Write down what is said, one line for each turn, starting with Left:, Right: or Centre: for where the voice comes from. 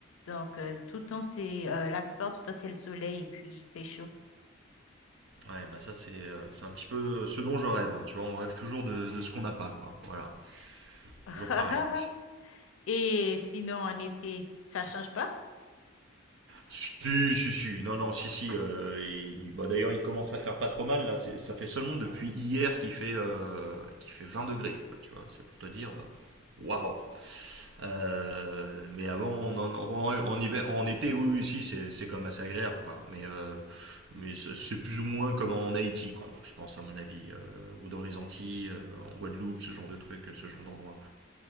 Left: Donc, euh, tout le temps, c'est, euh, la plupart du temps, c'est le soleil et puis il fait chaud.
Right: Ouais, bah ça c'est euh, c'est un petit peu ce dont je rêve, hein, tu vois, on rêve toujours de, de ce qu'on n'a pas, quoi. Voilà, C'est
Left: <laughs>
Right: toujours pareil.
Left: Et sinon, en été, ça change pas?
Right: Si, si, si, non, non, si, si, euh, il- bah, d'ailleurs il commence à faire pas trop mal, là, C'est- ça fait seulement depuis hier qu'il fait, euh, qu'il fait 20 degrés, quoi, tu vois, c'est pour te dire, euh, waouh Euh, Mais avant, on en, en, en hiver, en été, oui, oui, si, c'est c'est quand même assez agréable, quoi, mais, euh, mais c'est c'est plus ou moins comme en Haïti, quoi, je pense, à mon avis, euh, ou dans les Antilles, euh, en Guadeloupe, ce genre de truc, ce genre d'endroit.